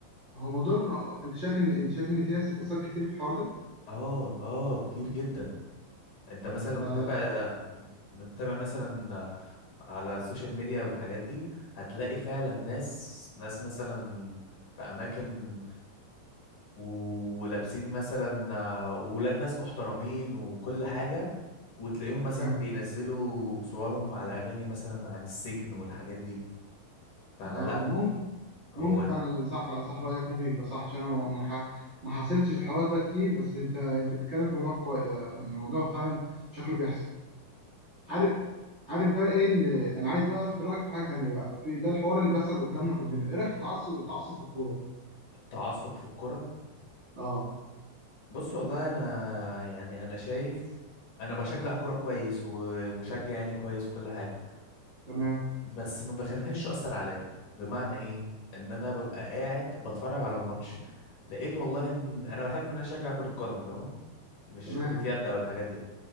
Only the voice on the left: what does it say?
اه اه كتير جدا انت مثلا
لو متابع متابع مثلا على السوشيال ميديا والحاجات دي هتلاقي فعلا ناس ناس مثلا في اماكن ولابسين مثلا ولاد ناس محترمين وكل حاجة وتلاقيهم مثلا
بينزلوا صورهم على اغاني مثلا عن السجن والحاجات دي فانا
لا
هو
التعصب في الكرة
بص والله انا يعني انا شايف انا بشجع كوره كويس ومشجع يعني كويس وكل حاجه
بس ما بخليهاش تاثر عليا بمعنى ايه ان انا ببقى قاعد بتفرج على الماتش لقيت والله ان انا بحب ان انا اشجع كره قدم تمام مش
كره يد او الحاجات دي